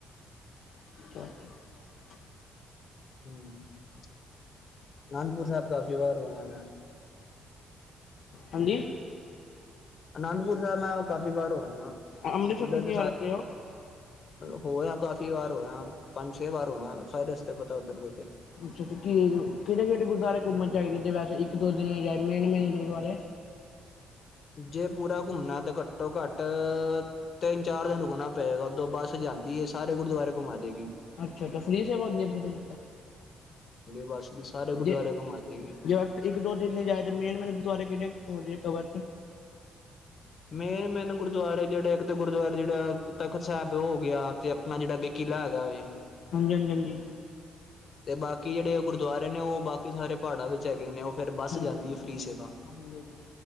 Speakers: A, on the left; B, on the left.
A: <unintelligible>
B: ਹਮ ਆਨੰਦਪੁਰ ਸਾਹਿਬ ਕਾਫੀ ਵਾਰ ਹੋਏ ਮੇੈਂ
A: ਹਾਂਜੀ।
B: ਅਨੰਦਪੁਰ ਸਾਹਿਬ ਮੈਂ ਕਾਫੀ ਵਾਰ ਹੋ ਆਇਆ
A: ਅੰਮ੍ਰਿਤਸਰ
B: ਉੱਧਰ
A: ਕਿੰਨੀ
B: ਤੇ
A: ਵਾਰ
B: ਸਾਰੇ
A: ਗਏ ਹੋ
B: ਹੋ ਆਇਆ ਕਾਫੀ ਵਾਰ ਹੋ ਆਇਆ ਪੰਜ ਛੇ ਵਾਰ ਹੋ ਆਇਆ ਸਾਰੇ। ਪਤਾ ਉੱਧਰ ਦੇ ਤੇ
A: ਅੱਛਾ ਅੱਛ ਕੀ ਕਿਹੜੇ ਕਿਹੜੇ ਗੁਰਦੁਆਰੇ ਘੁੰਮਣ ਚਾਹੀਦੇ ਜੇ ਵੈਸੇ ਇੱਕ ਇੱਕ ਦੋ ਦਿਨ ਜਾ ਮੇਨ ਮੇਨ ਗੁਰਦੁਆਰੇ
B: ਜੇ ਪੂਰਾ ਘੁੰਮਣਾ ਤੇ ਘੱਟੋ ਘੱਟ ਤਿੰਨ ਚਾਰ ਦਿਨ ਰੁਕਣਾ ਪਏਗਾ ਉਦੋ ਬੱਸ ਜਾਂਦੀ ਏ ਸਾਰੇ ਗੁਰਦੁਆਰੇ ਘੁੰਮਾ ਦੇਏਗੀ।
A: ਅੱਛਾ ਅੱਛਾ ਫ੍ਰੀ ਸੇਵਾ ਦੀ ਪੂਰੇ?
B: ਬਸ ਵੀ ਸਾਰੇ ਗੁਰਦੁਆ
A: ਜੇ
B: ਘੁੰਮਾ ਦੇਗੀ।
A: ਜੇ ਇੱਕ ਦੋ ਦਿਨ ਲਈ ਜਾਏ ਤਾਂ ਮੇਨ ਮੈਨ ਗੁਰਦੁਆਰੇ ਕਿਹੜੇ ਹੋ ਜਾਏ ਕਵਰ?
B: ਮੇਨ ਮੇਨ ਗੁਰਦੁਆਰੇ ਜਿਹੜਾ ਇੱਕ ਤਾਂ ਗੁਰਦੁਆਰੇ ਜਿਹੜਾ ਤਖ਼ਤ ਸਾਹਿਬ ਉਹ ਹੋ ਗਿਆ। ਤੇ ਆਪਣਾ ਜਿਹੜਾ ਕਿ ਕਿਲ੍ਹਾ ਹੈਗਾ ਵੇ।
A: ਹਾਂਜੀ ਹਾਂਜੀ ਹਾਂਜੀ।
B: ਤੇ ਬਾਕੀ ਜਿਹੜੇ ਗੁਰਦੁਆਰੇ ਨੇ ਉਹ ਬਾਕੀ ਸਾਰੇ ਪਹਾੜਾਂ ਵਿੱਚ ਹੈਗੇ ਨੇ ਉਹ ਫੇਰ ਬੱਸ
A: ਹੂੰ
B: ਜਾਂਦੀ ਹੈ ਫ੍ਰੀ ਸੇਵਾ।
A: ਹਾਂਜੀ ਹਾਂਜੀ